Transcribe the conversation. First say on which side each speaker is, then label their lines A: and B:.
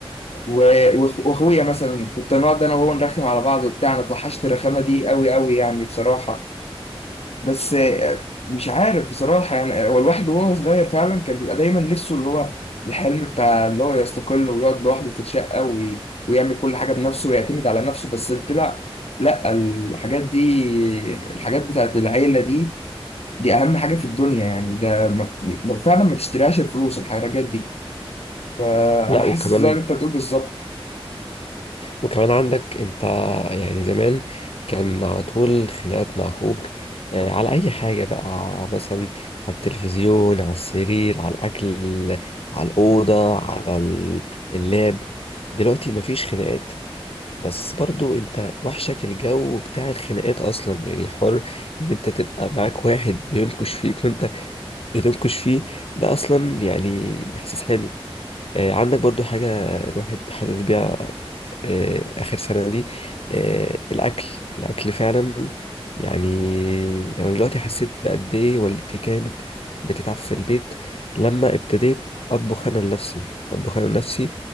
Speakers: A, on the left (about 85°); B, on the left (about 70°).
A: و- واخ- واخويا مثلا كنت نقعد انا وهو نرخم على بعض وبتاع انا اتوحشت الرخامه دي قوي قوي يعني بصراحه بس آه، مش عارف بصراحة يعني هو الواحد وهو صغير فعلا كان بيبقى دايما نفسه اللي هو الحلم بتاع اللي هو يستقل ويقعد لوحده في الشقة وي... ويعمل كل حاجة بنفسه ويعتمد على نفسه بس طلع لا الحاجات دي الحاجات بتاعت العيلة دي دي أهم حاجة في الدنيا يعني ده ما... ما- فعلا ما تشتريهاش الفلوس الحاجات دي فأنا
B: لا
A: حاسس
B: وكمان
A: زي ما أنت بتقول بالظبط
B: وكمان عندك انت يعني زمان كان على طول خناقات مع اخوك آه، على اي حاجه بقى مثلا على التلفزيون على السرير على الاكل على الاوضه على ال- اللاب دلوقتي مفيش خناقات بس برضو انت وحشك الجو بتاع الخناقات اصلا يعني حر ان انت تبقى معاك واحد بينكش فيك وانت بتنكش فيه ده اصلا يعني احساس حلو آه، عندك برضو حاجة الواحد حاسس بيها آه، آخر سنة دي آه، الأكل الأكل فعلا يعني أنا دلوقتي حسيت بقد إيه والدتي كانت بتتعب في البيت لما ابتديت أطبخ أنا لنفسي أطبخ أنا لنفسي